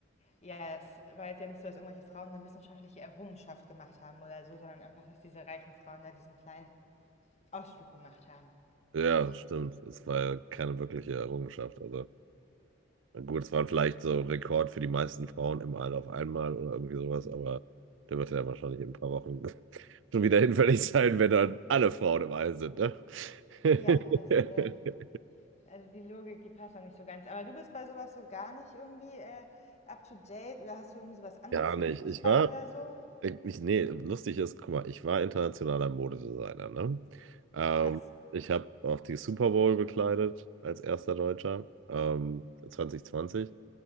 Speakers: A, on the left; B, on the right.
A: ja, es war jetzt ja nicht so, dass irgendwelche Frauen eine wissenschaftliche Errungenschaft gemacht haben oder so, sondern einfach, dass diese reichen Frauen da diesen kleinen Ausflug gemacht haben.
B: Ja, stimmt. Das war ja keine wirkliche Errungenschaft. Also gut, es war vielleicht so ein Rekord für die meisten Frauen im All auf einmal oder irgendwie sowas, aber der wird ja wahrscheinlich in ein paar Wochen <laughs> schon wieder hinfällig sein, wenn dann alle Frauen im All sind, ne? <laughs>
A: Ja, das, äh, also die Logik, die passt auch nicht so ganz. Aber du bist bei sowas so gar nicht irgendwie äh, up to date oder hast du irgendwie sowas anderes
B: Gar nicht.
A: wie Fußball
B: Ich war,
A: oder so?
B: Ich, nee, lustig ist, guck mal, ich war internationaler Modedesigner, ne? Mhm. Ähm,
A: Krass.
B: ich habe auch die Super Bowl bekleidet als erster Deutscher, ähm, zwanzig. zwanzig.